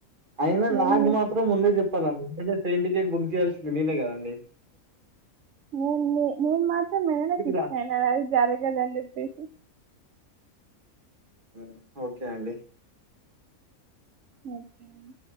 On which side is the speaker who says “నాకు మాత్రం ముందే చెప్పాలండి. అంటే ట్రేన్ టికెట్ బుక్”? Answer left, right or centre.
Right